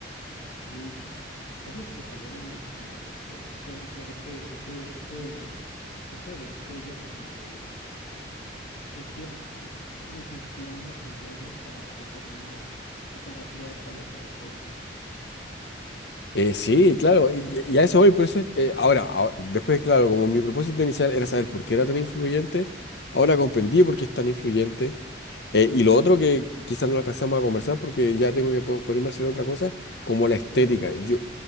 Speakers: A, on the left; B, on the left.
A: ah, Bleach, cosas que salieron muchísimo después. Puedes ver ese, ese, ese, ese destello como de, de decir, nos inspiramos en yoyos para determinar o para crear tal o cual cosa.
B: Eh, sí, claro, y, y a eso voy, por eso, es- eh, ahora, ahora- después, claro, como mi propósito inicial era saber por qué era tan influyente, ahora comprendí por qué es tan influyente, eh, y lo otro que quizás no alcanzamos a conversar porque ya tengo que po- ponerme a hacer otra cosa, como la estética.
A: Claro, mi hermana.
B: Yo,